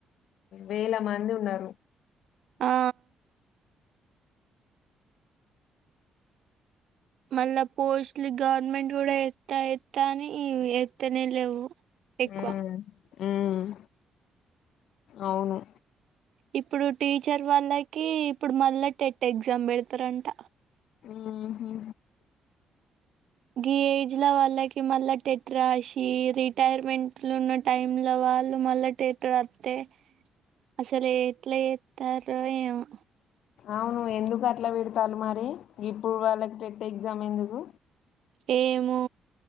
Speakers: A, on the left (about 70°); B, on the right (about 55°).
A: వేల మంది ఉన్నారు.
B: ఆ మళ్ళ పోస్ట్లీ గవర్నమెంట్. ఇప్పుడే ఎత్త ఎత్తా అని ఎత్తనే లేవు. ఎక్కువ
A: హ్మ్! హ్మ్! అవును.
B: ఇప్పుడు టీచర్ వాళ్ళకి ఇప్పుడు మళ్ళా టెట్ ఎగ్జామ్ పెడతారంట.
A: హ్మ్! హూ!
B: గీ ఏజ్ లో వాళ్ళకి మళ్ళా టెట్ రాసి రిటైర్మెంట్ లో ఉన్న టైమ్ లో వాళ్ళు మళ్ళా టెట్ రాత్తే అసలు ఎట్లా చేస్తారో ఏమో.
A: అవును, ఎందుకు అట్లా పెడతారు? మరి ఇప్పుడు వాళ్ళకి టెట్ ఎగ్జామ్ ఎందుకు?
B: ఏమో